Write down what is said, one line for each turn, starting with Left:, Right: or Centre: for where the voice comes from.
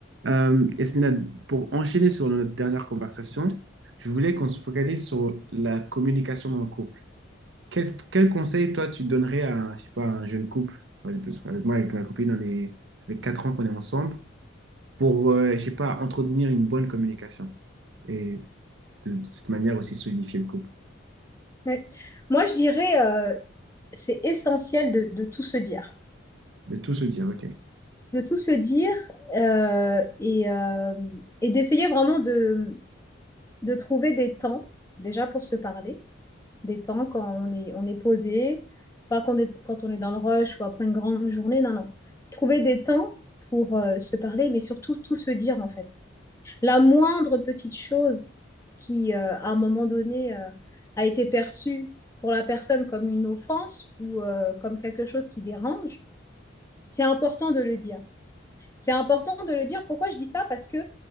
Right: Euh, Yasmina, pour enchaîner sur notre dernière conversation, je voulais qu'on se focalise sur la communication dans le couple. Quel, quel conseil, toi, tu donnerais à, un- je sais pas, un jeune couple? Vas-y, parce qu'avec moi, avec ma copine, on est, ça fait 4 ans qu'on est ensemble, pour, euh, je sais pas, entretenir une bonne communication et de, de cette manière aussi solidifier le couple.
Left: Ouais. Moi, je dirais, euh, c'est essentiel de, de tout se dire,
Right: De tout se dire, ok.
Left: de tout se dire euh, et, euh, et d'essayer vraiment de, de trouver des temps, déjà pour se parler, des temps quand on est, on est posé, pas quand on est, quand on est dans le rush ou après une grande journée, non, non. Trouver des temps pour euh, se parler, mais surtout tout se dire en fait. La moindre petite chose qui, euh, à un moment donné, euh, a été perçue pour la personne comme une offense ou euh, comme quelque chose qui dérange, c'est important de le dire. C'est important de le dire. Pourquoi je dis ça? Parce que